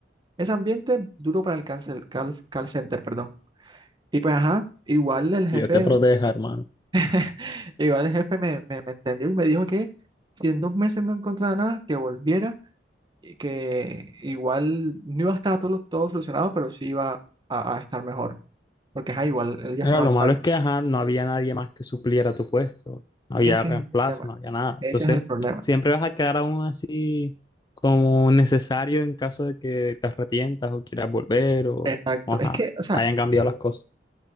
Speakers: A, on the right; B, on the left.
A: ese ambiente duro para el call, cen- call- call center, perdón. Y pues ajá, igual el jefe,
B: Dios te proteja, hermano.
A: <laughs> igual el jefe me, me, me entendió y me dijo que si en dos meses no encontraba nada, que volviera y que igual no iba a estar todo, todo solucionado, pero sí iba a, a estar mejor. Porque ajá, igual él ya
B: Bueno,
A: estaba
B: lo
A: al
B: malo
A: tanto.
B: es que, ajá, no había nadie más que supliera tu puesto, no había
A: Ese
B: reemplazo,
A: es el problema,
B: no había nada.
A: ese
B: Entonces,
A: es el problema.
B: siempre vas a quedar aún así como necesario en caso de que te arrepientas o quieras volver o,
A: Exacto.
B: o, ajá,
A: Es que, o sea,
B: hayan cambiado las cosas.